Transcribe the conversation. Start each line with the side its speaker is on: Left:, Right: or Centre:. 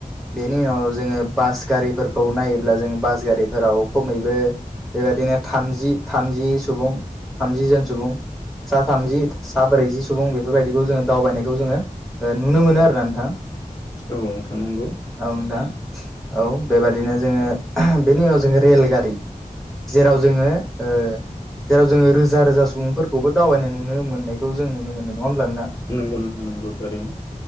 Centre: बेनि उनाव जोङो बास गारिफोरखौ नायोब्ला जों बास गारिफोराव खमैबो बेबायदिनो थामजि थामजि सुबुं थामजि ज सुबुं सा थामजि सा ब्रैजि सुबुं बेफोरबायदिखौ जोङो दावबायनायखौ जोङो ओ नुनो मोनो आरो ना नोंथां
Left: औ नोंथां नंगौ।
Centre: औ दा औ बेबादिनो जोङो बेनि उनाव जोङो रेलगारि जेराव जोङो ओ जेराव जोङो रोजा रोजा सुबुंफोरखौबो दावबायनाय नुनो मोननायखौ जों नुनो मोनो नङा होमब्ला नोंथां‌
Left: नंगौ नोंनि नंगौ थारैनो